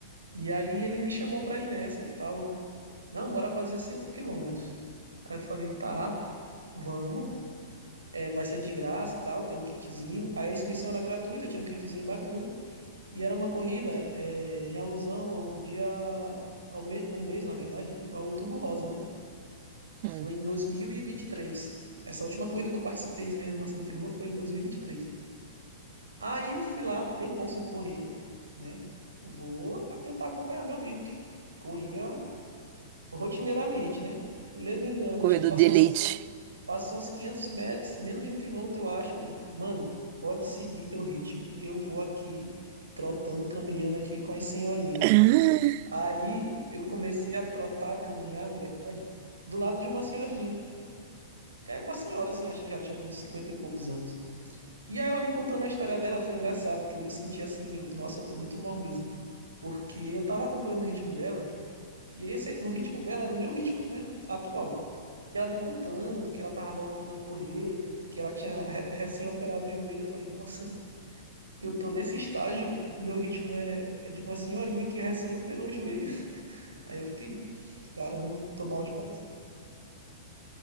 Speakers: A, on the right; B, on the right.
A: E aí ele me chamou pra ir nessa e tal. Não, bora fazer 5 quilômetros. Aí eu falei, tá, vamos. É, vai ser de graça e tal, tem um kitzinho. Aí a inscrição era gratuita, tinha um kitzinho bacana. E era uma corrida é, em alusão ao dia, ao, me, ao mês, na verdade, ao Outubro Rosa, né?
B: Hum,
A: Foi em dois mil e e vinte e três. Essa última corrida que eu participei mesmo assim de rua foi em dois mil e e vinte e três. Aí eu fui lá, tempão sem correr, né? Vou tentar acompanhar meu amigo que corria rotineiramente, né? Ledo engano,
B: corredor
A: acho que passou
B: de elite.
A: uns Passam uns 500 metros, menos de um quilômetro, eu acho. Mano, pode seguir teu ritmo. Eu vou aqui trotando, caminhando aqui com as senhorinhas.
B: <laughs>
A: Aí eu comecei a trotar, caminhar, na verdade, do lado de uma senhorinha. É Uma senhora, assim, acho que já tinha uns 50 e poucos anos. E aí ela me contando a história dela, foi engraçado, porque eu me senti assim, nossa, eu tô muito mal mesmo. Porque eu tava acompanhando o ritmo dela, e esse, o ritmo dela era o meu ritmo né atual. E ela me contando que ela tava voltando a correr, que ela tinha re- recém-operado o joelho. Eu falei, nossa, eu tô nesse estágio, meu ritmo é, é de uma senhorinha que recém-operou o joelho. <laughs> Aí eu fiquei, caramba, tô mal demais.